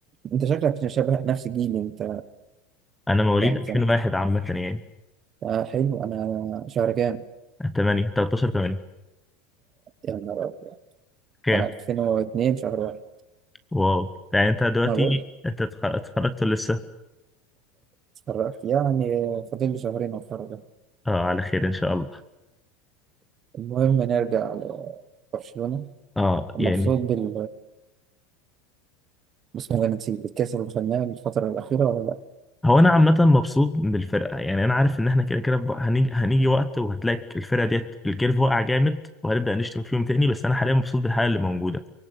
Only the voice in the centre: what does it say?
انا مواليد
2001
عامه يعني
8 13 8
كام
واو يعني انت دلوقتي
انت اتخ- اتخرجت لسه
اه على خير ان شاء الله
اه
يعني
هو انا عامه مبسوط بالفرقه يعني انا عارف ان احنا كده كده بقى- هنيجي هنيجي وقت وهتلاقي الفرقه ديت الكيرف واقع جامد وهنبدا نشتم فيهم تاني بس انا حاليا مبسوط بالحاله اللي موجوده